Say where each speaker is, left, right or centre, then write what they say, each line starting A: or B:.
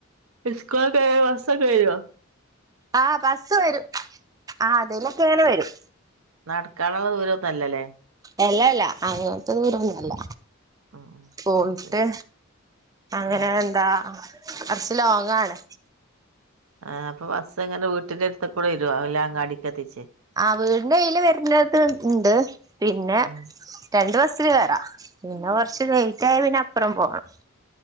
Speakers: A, on the right; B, on the right.
A: ഇസ്കൊള് കഴിഞ്ഞ മാസം കഴിഞ്ഞോ
B: ആഹ് ബസ് വരും ആ അതെലൊക്കെ ങ്ങനെ വരും
A: നടക്കാള്ള ദൂര ഒന്നല്ലല്ലേ
B: എല്ലല്ല അങ്ങോത്തെ ദൂരന്നല്ല
A: ഉം
B: പോയിട്ട്
A: ഉം ശരി
B: അങ്ങനെ
A: ആഹ്
B: എന്താ കൊറച്ചി ലോങ്ങാണ്
A: ആഹ് അപ്പൊ ബസ്സെങ്ങനെ വീട്ട്ന്റെ അടുത്ക്കുടെ വരോ അല്ല അങ്ങാടിക്കെത്തിച്ചെ
B: ആ വീടിന്റെ അയ്ൽ വര്ണത് ണ്ട് പിന്നെ
A: ഉം
B: രണ്ട് ബസ്സില് കേറാ പിന്നെ കൊറച്ച് ലേറ്റ് ആയ പിന്നെ അപ്പുറം പോണം